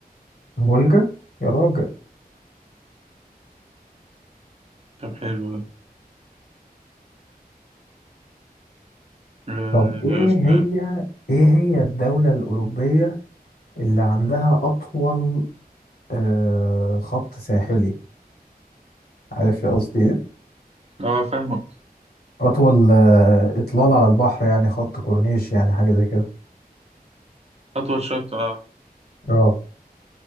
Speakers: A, on the left; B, on the right.
A: الفولجا يا راجل
B: طب حلو ده ل-
A: طب ايه
B: أسنان
A: هي ايه هي الدولة الأوروبية اللي عندها أطول آه، خط ساحلي عارف يا قصدي إيه؟
B: اه فاهمك
A: أطول آه، إطلالة على البحر يعني خط كورنيش يعني حاجة زي كده
B: أطول شط اه
A: اه